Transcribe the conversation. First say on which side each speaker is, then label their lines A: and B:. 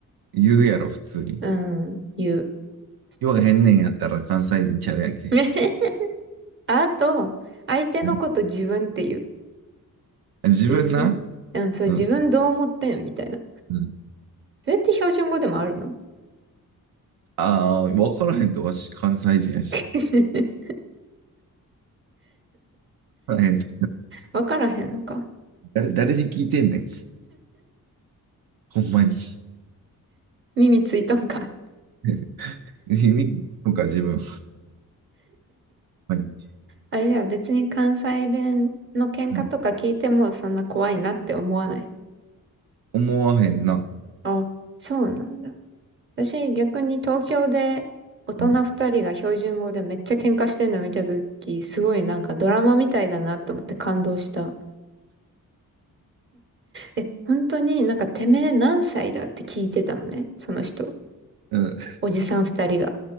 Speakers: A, on the right; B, on the right.
A: 言うやろ、普通に。
B: うん、言う。
A: ようへんねんやったら関西人ちゃうやんけ。
B: と <laughs> あと、相手のこと自分って言う。
A: うん。自分な。
B: 自分うん、そう、
A: うん。
B: 自分どう思ってんみたいな。
A: うん。
B: それって標準語でもあるの
A: ああ、わからへんとわし関西人やし。
B: <laughs>
A: わからへんと。
B: わからへんのか。
A: 誰、誰に聞いてんねん。ほんまに。
B: 耳ついたんか。<laughs>
A: <laughs> 意味とか自分、ほんまに。
B: あ、じゃあ別に関西弁の喧嘩とか聞いてもそんな怖いなって思わない。
A: うん思わへんな。
B: あ、そうなんだ。私逆に東京で大人二人が標準語でめっちゃ喧嘩してるの見たとき、
A: うん
B: すごいなんかドラマみたいだなと思って感動した。え、本当になんかてめえ何歳だって聞いてたのね、その人。
A: うん
B: おじさん二人が。